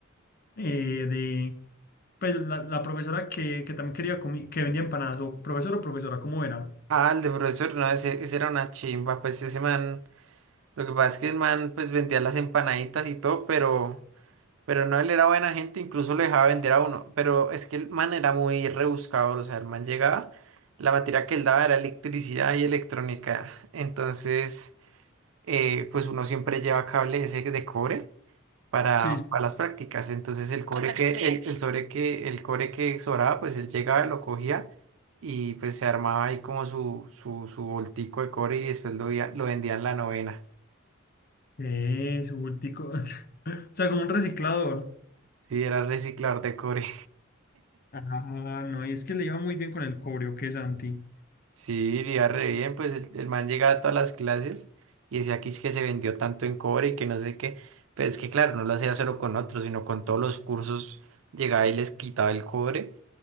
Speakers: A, on the left; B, on the right.
A: eh, de, pues la, la profesora que, que también quería comi- que vendía empanadas, o profesor o profesora, ¿cómo era?
B: Ah, el de profesor, no, ese, ese era una chimba, pues ese man, lo que pasa es que el man, pues vendía las empanaditas y todo, pero... Pero no, él era buena gente, incluso lo dejaba vender a uno. Pero es que el man era muy rebuscado o sea, el man llegaba, la materia que él daba era electricidad y electrónica. Entonces, eh, pues uno siempre lleva cable ese de cobre para,
A: Sí,
B: para las prácticas. Entonces el cobre que, el, el sobre que, el cobre que sobraba, pues él llegaba, lo cogía y pues se armaba ahí como su, su, su voltico de cobre y después lo, ia- lo vendía en la novena.
A: Es bultico <laughs> O sea, como un reciclador.
B: Sí, era reciclador de cobre.
A: Ah, no, y es que le iba muy bien con el cobrio, que Santi.
B: Sí, le iba re bien, pues el, el man llegaba a todas las clases y decía que es que se vendió tanto en cobre y que no sé qué. Pero es que claro, no lo hacía solo con otros, sino con todos los cursos llegaba y les quitaba el cobre